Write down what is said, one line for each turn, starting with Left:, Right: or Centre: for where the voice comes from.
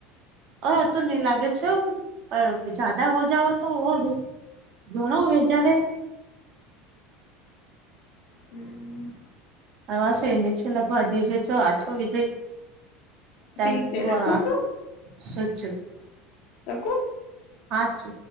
Right: અ તો નહી લાગે છે પણ જદા હો જાઓ તો હોવે ઘણો હો જવે
Left: હમ્
Right: અ વા છે લગભ આ દ જે આછો વિજય ત
Left: ઠીક છે
Right: જો
Left: રખું
Right: આ
Left: શું
Right: શુ થયુ
Left: તકુ
Right: હા શુ